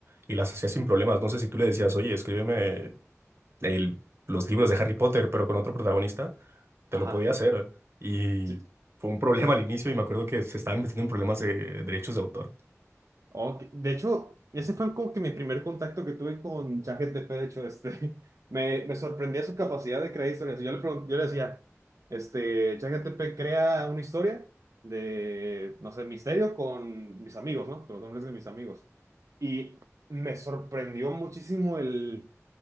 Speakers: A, on the right (about 50°); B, on the right (about 75°).
A: y las hacías sin problemas. No sé si tú le decías, oye, escríbeme el- los libros de Harry Potter, pero con otro protagonista, te
B: ajá.
A: lo podía hacer. Y
B: sí,
A: fue un problema al inicio y me acuerdo que se estaban metiendo en problemas de derechos de autor.
B: Ok, De hecho, ese fue como que mi primer contacto que tuve con ChatGPT, de hecho, este, <laughs> me, me sorprendía su capacidad de crear historias. Yo le pregun- yo le decía, este, ChatGPT crea una historia de, no sé, misterio con mis amigos, ¿no? Con los nombres de mis amigos. Y me sorprendió muchísimo el,